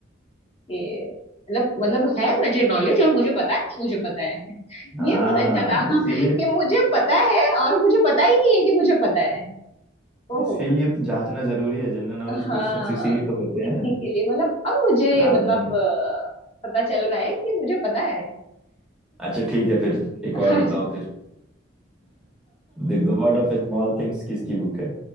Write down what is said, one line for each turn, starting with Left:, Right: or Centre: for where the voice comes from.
Left: के मतलब मतलब है मुझे नॉलेज और मुझे पता नहीं मुझे पता है
Centre: हाँ
Left: ये बहुत अच्छा था <laughs>
Centre: इसीलिए
Left: कि मुझे पता है और मुझे पता ही नहीं है कि मुझे पता है ओहो
Centre: इसीलिए तो जांचना जरूरी है जनरल नॉलेज
Left: हाँ
Centre: क्वेश्चंस इसीलिए तो होते
Left: इसी
Centre: हैं
Left: के लिए मतलब अब मुझे मतलब
Centre: आदमी
Left: अ, पता चल रहा है कि मुझे पता है
Centre: अच्छा ठीक है फिर एक
Left: <laughs>
Centre: और बताओ फिर The god of small things किसकी बुक है